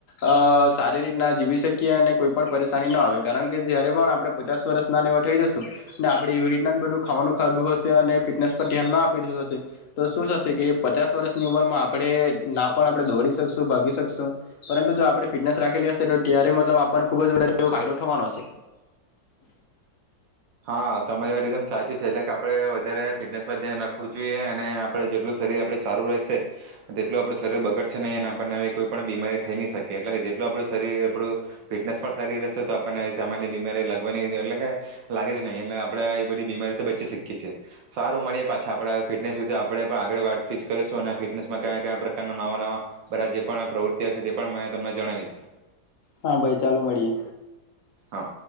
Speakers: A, on the left (about 60°); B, on the right (about 70°).
A: અ સારી રીતના જીવી શકીએ અને કોઈ પણ પરેશાની ન આવે કારણ કે જયારે પણ આપડણે પચાસ વર્ષ ના એવાર થઈ જશું આપણેે એવી રીતના બધું ખાવાનું ખાધું હશે અને ફિટનેસ પર ધ્યાન ના આપી હશે તો શું થશે કે પચાસ વર્ષની ઉંમરમાં આપણે ના પણ આપણે દોડી શકશું, ભાગી શકશું પરંતુ જો આપણે ફિટનેસ રાખેલી હશે તો ત્યારે મતલબ આપણને ખુબ જ એવો ફાયદો થવાનો હશે.
B: હા, તમારી વાત એકદમ સાચી છે એટલે કે આપ આપણે વધારે ફિટનેસ પર ધ્યાન રાખવું જોઈએ અને આપણે જેટલું શરીર આપડ સારું રહેશે તેટલું આપણું શરીર બગડશે નહી અને આપણને કોઈ પણ બીમારી થઈ નહી શકીએ એટલે કે જેટલું આપણું શરીર આપણું ફિટનેસ પણ સારી રહેશે તો આપણને સામાન્ય બીમારી લગવાની એટલે કે લાગે જ નહીં એટલે આપણેે આ બધી બીમારીઓથી બચી શકીએ છીએ. સારું મળીએ પાછા આપ ફિટનેસ વિશે આપણે પણ આગળ વાતચીત કરીશું અને ફિટનેસમાં કયા-કયા પ્રકારના નવા-નવા બધા જે પણ પ્રવૃતિ છે તે પણ તમને જણાવીશ.
A: હા, ભાઈ ચાલો મળીએ.
B: હા